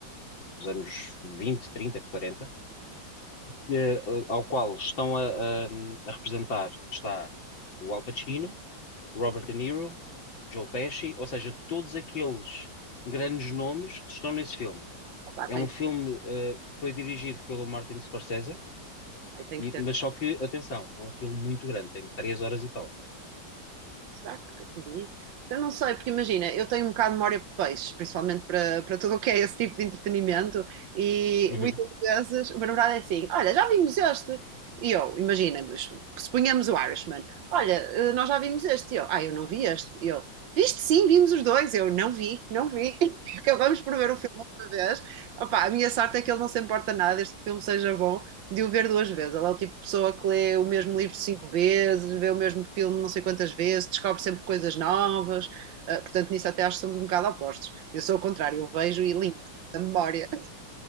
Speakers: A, on the left; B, on the right.
A: dos anos 20, 30, 40, eh, ao qual estão a, a- a representar está o Al Pacino, Robert De Niro, Joe Pesci, ou seja, todos aqueles grandes nomes estão nesse filme.
B: Opa,
A: É
B: tenho,
A: um filme,
B: que-
A: eh, que foi dirigido pelo Martin Scorsese,
B: ai, tenho
A: e-
B: que ter.
A: mas só que, atenção, é um filme muito grande, tem três horas e tal.
B: Será que revi? Eu não sei, porque imagina, eu tenho um bocado de memória de peixe, principalmente para, para tudo o que é esse tipo de entretenimento, e
A: Uhum.
B: muitas vezes o meu namorado é assim: Olha, já vimos este. E eu, imagina, mas suponhamos o Irishman: Olha, eh, nós já vimos este. E eu, Ah, eu não vi este. E eu, Viste sim, vimos os dois. Eu, não vi, não vi. <laughs> Acabamos por ver o filme outra vez. Opa, a minha sorte é que ele não se importa nada, este filme seja bom de o ver duas vezes. Ela é o tipo de pessoa que lê o mesmo livro cinco vezes, vê o mesmo filme não sei quantas vezes, descobre sempre coisas novas. Uh, portanto, nisso até acho que somos um bocado opostos. Eu sou o contrário, eu vejo e limpo da memória.